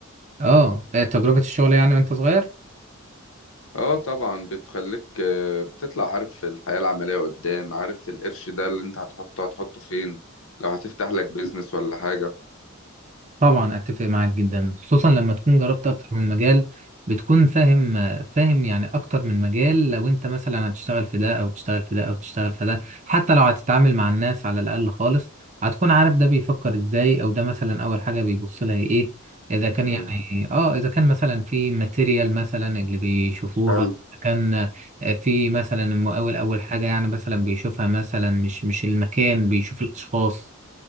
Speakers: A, on the right; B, on the left.
A: اه آه، تجربة الشغل يعني وانت صغير
B: اه طبعا بتخليك آه، بتطلع عارف في الحياة العملية قدام عارف القرش ده اللي انت هتحطه هتحطه فين لو هتفتح لك بيزنس ولا حاجة
A: طبعا اتفق معاك جدا خصوصا لما تكون جربت اكتر من مجال بتكون فاهم فاهم يعني اكتر من مجال لو انت مثلا هتشتغل في ده او تشتغل في ده او تشتغل في ده حتى لو هتتعامل مع الناس على الاقل خالص هتكون عارف ده بيفكر ازاي او ده مثلا اول حاجة بيبص لها ايه اذا كان
B: مم.
A: يعني اه اذا كان مثلا في ماتيريال مثلا اللي بيشوفوها
B: حلو
A: إذا كان في مثلا المقاول اول حاجة يعني مثلا بيشوفها مثلا مش مش المكان بيشوف الاشخاص